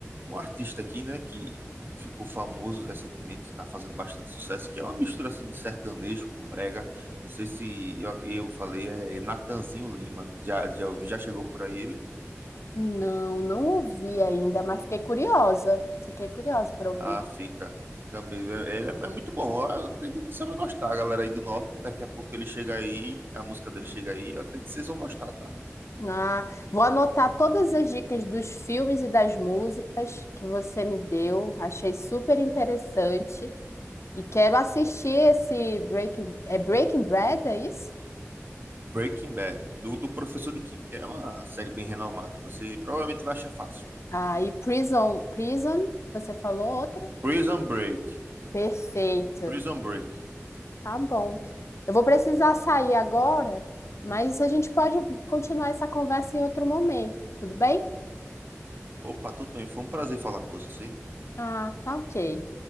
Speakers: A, on the right; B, on the left.
A: um artista aqui, né, que ficou famoso recentemente, está fazendo bastante sucesso, que é uma mistura assim de sertanejo com brega. Não sei se eu, eu falei, é Natanzinho Lima. Já, já, ouvi- já chegou por aí ele?
B: Não, não ouvi ainda, mas fiquei curiosa. Fiquei curiosa para ouvir.
A: Ah, fica. Fica mesmo. É- Ele é, é muito bom. Eu acredito que você vai gostar, galera aí do norte. Daqui a pouco ele chega aí, a música dele chega aí. Eu acredito que vocês vão gostar, tá?
B: Ah, vou anotar todas as dicas dos filmes e das músicas que você me deu. Achei super interessante. E quero assistir esse Breaking, é Breaking Bad, é isso?
A: Breaking Bad, do, do professor de química. É uma série bem renomada. Você provavelmente vai achar fácil.
B: Ah, e Prison, Prison, você falou outra?
A: Prison Break.
B: Perfeito.
A: Prison Break.
B: Tá bom. Eu vou precisar sair agora, mas a gente pode continuar essa conversa em outro momento, tudo bem?
A: Opa, tudo bem. Foi um prazer falar com você.
B: Ah, tá ok.